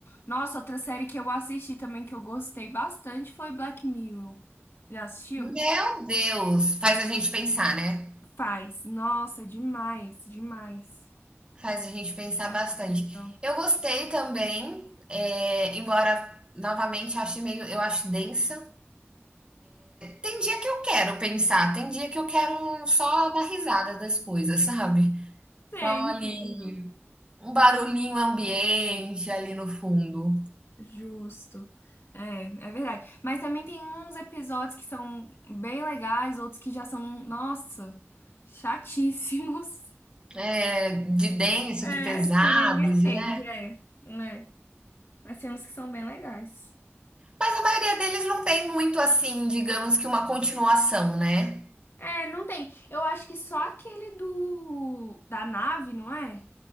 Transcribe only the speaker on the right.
Meu Deus, faz a gente pensar, né?
Faz a gente pensar
bastante.
Eu gostei também, é, embora novamente ache meio, eu acho densa. Tem dia que eu quero pensar, tem dia que eu quero só dar risada das coisas, <laughs> sabe?
Só ali
um barulhinho ambiente ali no fundo.
É, de denso,
de pesados,
né?
Mas a maioria deles não tem muito assim, digamos que uma continuação, né?